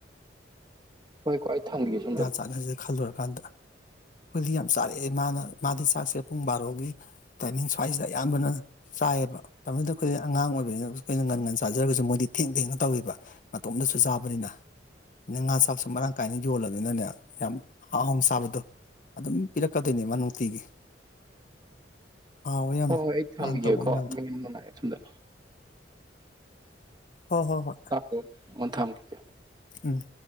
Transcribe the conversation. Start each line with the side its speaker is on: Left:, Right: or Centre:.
Right: ꯍꯣꯏ ꯀꯣꯏ ꯑꯩ ꯊꯝꯒꯦ ꯁꯨꯝꯗ
Left: ꯆꯥꯟꯅꯖ‌ꯦ ꯈꯜꯂꯨꯔꯀꯥꯟꯗ ꯑꯩꯈꯣꯏꯗꯤ ꯌꯥꯝ ꯆꯥꯔꯛꯑꯦ ꯃꯥꯅ ꯃꯥꯗꯤ ꯆꯥꯛꯁꯦ ꯄꯨꯡ ꯕꯥꯔꯣꯒꯤ ꯇꯥꯏꯃꯤꯡ ꯁ꯭ꯋꯥꯏꯁꯤꯗ ꯑꯌꯥꯝꯕꯅ ꯆꯥꯏꯌꯦꯕ ꯃꯇꯝꯗꯨꯗ ꯑꯩꯈꯣꯏꯗꯤ ꯑꯉꯥꯡ ꯑꯣꯏꯕꯅꯤꯅ ꯑꯩꯈꯣꯏꯅ ꯉꯟ ꯉꯟ ꯆꯥꯖꯔꯒꯁꯨ ꯃꯣꯏꯗꯤ ꯊꯦꯡ ꯊꯦꯡꯅ ꯇꯧꯋꯦꯕ ꯃꯇꯣꯝꯗꯁꯨ ꯆꯥꯕꯅꯤꯅ ꯑ ꯉꯥ ꯆꯥꯛꯁꯨ ꯃꯔꯥꯡ ꯀꯥꯏꯅ ꯌꯣꯜꯂꯝꯅꯤꯅꯅꯦ ꯌꯥꯝ ꯍꯥꯎꯟ ꯆꯥꯕꯗꯣ ꯑꯗꯨꯝ ꯄꯤꯔꯛꯀꯗꯣꯏꯅꯦ ꯃꯥ ꯅꯨꯡꯇꯤꯒꯤ ꯍꯥꯎꯋꯦ ꯌꯥꯝꯅ
Right: ꯍ‌ꯣꯍꯣꯏ ꯑꯩ ꯊꯝꯒꯦꯀꯣ
Left: ꯃꯥꯅ ꯇꯧꯕ ꯃꯌꯥꯝꯗꯣ
Right: ꯃꯤ ꯑꯝ ꯂꯥꯛꯑꯦ ꯁꯨꯝꯗ
Left: ꯍꯣ ꯍꯣ ꯍꯣꯏ
Right: <unintelligible> ꯊꯝꯈꯤꯒ‌ꯦ
Left: ꯎꯝ